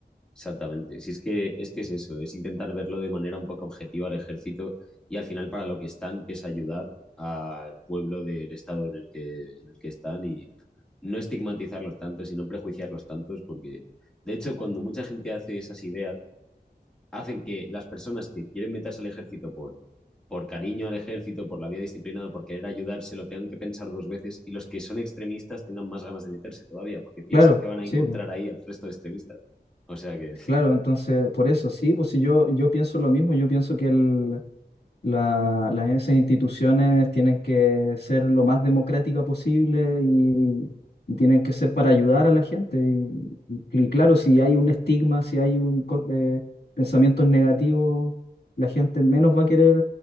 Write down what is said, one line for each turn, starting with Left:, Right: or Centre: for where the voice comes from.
Centre: Exactamente. Si es que, es que es eso, es intentar verlo de manera un poco objetiva al ejército y al final para lo que están, que es ayudar al pueblo del estado en el que, en el que están y no estigmatizarlos tanto, sino prejuiciarlos tantos, porque de hecho cuando mucha gente hace esas ideas, hacen que las personas que quieren meterse al ejército por, por cariño al ejército, por la vida disciplinada, por querer ayudarse, lo tengan que pensar dos veces y los que son extremistas tengan más ganas de meterse todavía, porque piensan
Left: claro,
Centre: que van a
Left: sí,
Centre: encontrar
Left: pues,
Centre: ahí al resto de extremistas. O sea que...
Left: claro, entonces por eso, sí, pues si yo, yo pienso lo mismo, yo pienso que el la- las, esas instituciones tienen que ser lo más democrática posible y, y tienen que ser para ayudar a la gente. Y, y claro, si hay un estigma, si hay un, co- eh, pensamientos negativos, la gente menos va a querer